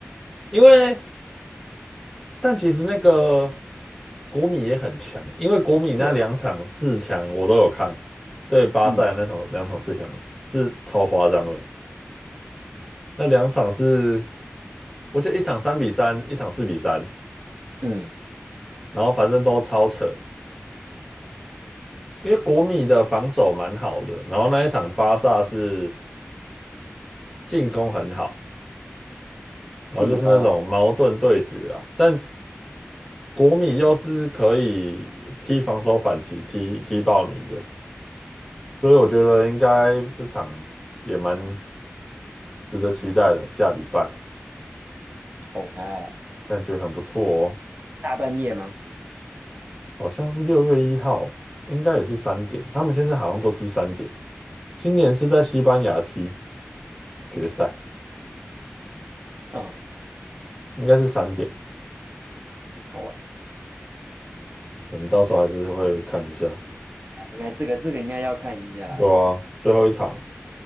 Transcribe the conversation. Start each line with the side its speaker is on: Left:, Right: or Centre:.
Centre: 因为但其实那个国米也很强，因为国米那两场四强我都有看，
Right: 对啊。
Centre: 对巴塞那场两场四强是超夸张的，
Right: 嗯
Centre: 那两场是我觉得一场三比三，一场四比三，
Right: 嗯，
Centre: 然后反正都超扯。因为国米的防守蛮好的，然后那一场巴萨是进攻很好，然后就是那种矛盾对决啊。
Right: 进哦
Centre: 但国米又是可以踢防守反击，踢踢爆你的，所以我觉得应该这场也蛮值得期待的。下礼拜
Right: ，OK，
Centre: 感觉很不错哦，
Right: 大半夜吗？
Centre: 好像是六月一号，应该也是三点。他们现在好像都踢三点，今年是在西班牙踢决赛，
Right: 嗯，
Centre: 应该是三点。
Right: 好玩。
Centre: 可能到时候还是会看一下。
Right: 哎应该这个这个应该要看一下，
Centre: 对啊，最后一场，